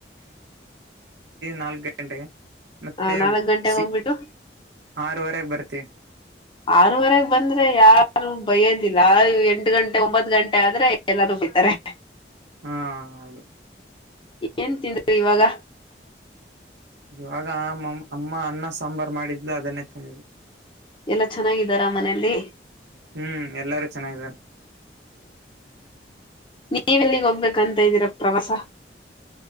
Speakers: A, on the right (about 80°); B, on the left (about 30°).
A: ನಾಲ್ಕು ಗಂಟೆಗೆ ಮತ್ತೆ
B: ಹ ನಾಲ್ಕ್ ಗಂಟೆೆಗೆ
A: ಸಿ
B: ಹೋಗ್ಬಿಟ್ಟು
A: ಆರವರೆಗೆ ಬರ್ತಿ
B: ಆರವರೆಗೆ ಬಂದ್ರೆ ಯಾರು ಬಯೋದಿಲ್ಲ ಇಲ್ಲ ಎಂಟು ಗಂಟೆ ಒಂಬತ್ತು ಗಂಟೆ ಆದ್ರೆ ಎಲ್ಲಾರೂಬ್ ಬಿತಾರೆ
A: ಹಾ ಹೌದು
B: ಏನ್ ತಿಂದ್ರಿ ಇವಾಗ
A: ಇವಾಗ ಅಮ್ಮ ಅನ್ನ ಸಾಂಬಾರ್ ಮಾಡಿದ್ಲು ಅದನ್ನೇ ತಂದಿದೆ
B: ಎಲ್ಲಾ ಚೆನ್ನಾಗಿದ್ದಾರಾ ಮನೆಯಲ್ಲಿ
A: ಹ್ಮ್ ಎಲ್ಲಾರು ಚೆನ್ನಾದಾರೆ
B: ನೀವೆಲ್ಲಿಗ ಹೋಗ್ಬೇಕಂತ ಇದ್ದೀರಾ ಪ್ರವಾಸ